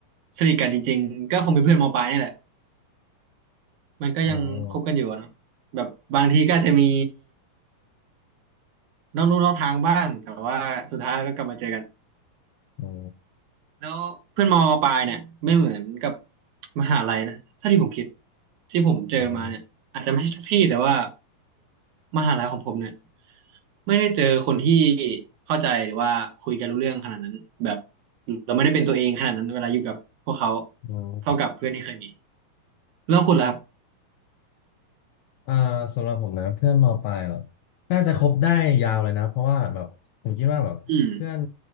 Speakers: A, on the right (about 70°); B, on the left (about 80°).
A: สนิทกันจริงๆก็คงเป็นเพื่อนมปลายนี่แหละมันก็ยังคบกันอยู่อะเนาะแบบบางทีก็อาจจะมี
B: อมอ
A: นอกลู่นอกทางบ้างแต่ว่าสุดท้ายแล้วก็กลับมาเจอกัน
B: อ๋อ
A: แล้วเพื่อนมอปลายเนี่ยไม่เหมือนกับมหาลัยนะถ้าที่ผมคิดที่ผมเจอมาเนี่ยอาจจะไม่ใช่ทุกที่แต่ว่า
B: อ๋อม
A: มหาลัยของผมเนี่ยไม่ได้เจอคนที่เข้าใจหรือว่าคุยกันรู้เรื่องขนาดนั้นแบบเราไม่ได้เป็นตัวเองขนาดนั้นเวลาอยู่กับพวกเขา
B: อืม
A: เท่ากับเพื่อนที่เคยมีแล้วคุณล่ะครับ
B: อ่าสำหรับผมนะเพื่อนมปลายเหรอน่าจะคบได้ยาวเลยนะเพราะว่าแบบผมคิดว่าแบบเพื่อน
A: อืม